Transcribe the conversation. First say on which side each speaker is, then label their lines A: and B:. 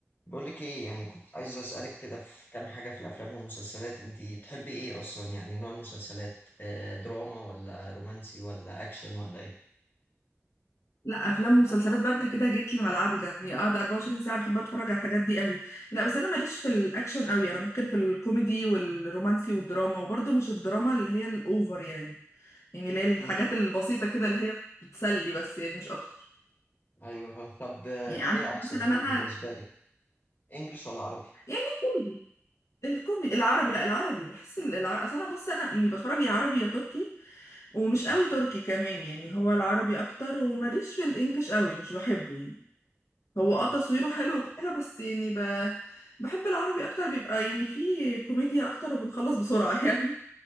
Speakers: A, on the left (about 40°); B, on the left (about 75°).
A: بقول لك ايه يعني كنت عايز اسالك كده في كام حاجه في الافلام والمسلسلات انتي تحبي ايه اصلا يعني نوع المسلسلات آه دراما ولا رومانسي ولا اكشن ولا ايه
B: لا افلام ومسلسلات بقى انت كده جيت لملعبي ده يعني قاعده 24 ساعه بحب اتفرج على الحاجات دي قوي لا بس انا ماليش في الاكشن قوي انا ممكن في الكوميدي والرومانسي والدراما وبرضه مش الدراما اللي هي الاوفر يعني يعني اللي هي الحاجات
A: امم
B: البسيطه كده اللي هي بتسلي بس يعني مش اكتر
A: ايوه فاهم طب آه،
B: يعني عندك
A: ايه احسن
B: مثلا انا
A: بالنسبه لك انجليش ولا عربي
B: يعني الكوميدي الكوميدي العربي لا العربي بحس العربي اصل انا بص انا يعني بتفرج يا عربي يا تركي ومش قوي
A: اوكي
B: تركي كمان يعني هو العربي اكتر وماليش في الانجليش قوي مش بحبه يعني هو
A: امم
B: اه تصويره حلو وكده بس يعني ب... بحب العربي اكتر بيبقى يعني فيه كوميديا اكتر وبنخلص بسرعة <laughs> يعني